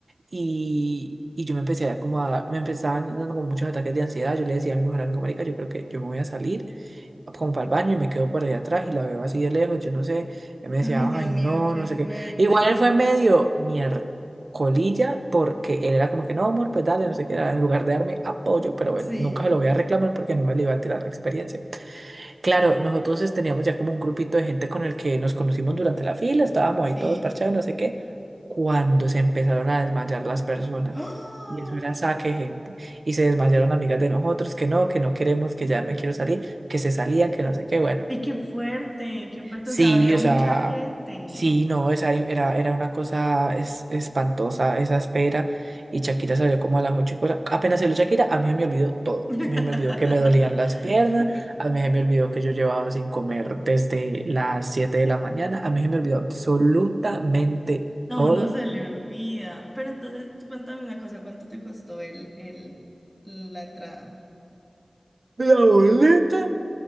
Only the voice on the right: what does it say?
y... Y yo me empecé a como a- me empezaban dando como muchos ataques de ansiedad. Yo le decía a mi mejor amigo, marica, yo creo que yo me voy a salir como para el baño y me quedo por allá atrás y la veo así de lejos, yo no sé, él me decía,
ay, no,
no sé
qué. Igual él fue medio miércolilla porque él era como que, no, amor, pues dale, no sé qué, era, en lugar de darme apoyo, pero bueno,
nunca se lo voy a reclamar porque no me le iba a tirar la experiencia. Claro, nosotros este, teníamos ya como un grupito de gente con el que nos conocimos durante la fila, estábamos
ahí todos parchados, no sé qué, cuando se empezaron a desmayar las personas.
Y eso era saque de gente. Y se desmayaron amigas de nosotros, que no, que no queremos, que ya me quiero salir, que se salían, que no sé qué, bueno.
Sí,
o
sea,
sí, no, esa era, era una cosa es- espantosa, esa espera. Y Shakira salió como a las ocho y cosa. Apenas salió Shakira, a mí se me olvidó todo.
Me, me olvidó que me dolían las piernas, a mí se me olvidó que yo llevaba sin comer desde las siete de la mañana, a mí se me olvidó absolutamente
todo.
La boleta